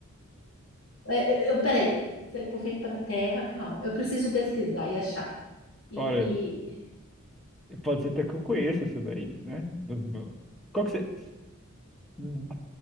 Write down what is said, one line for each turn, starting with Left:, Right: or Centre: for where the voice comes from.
Left: é, é, eu, peraí. Você vem para a Terra, calma. Eu preciso pesquisar e achar. E,
Centre: Olha,
Left: e-
Centre: pode ser até que eu conheça essa daí, né? Qual que você. hum,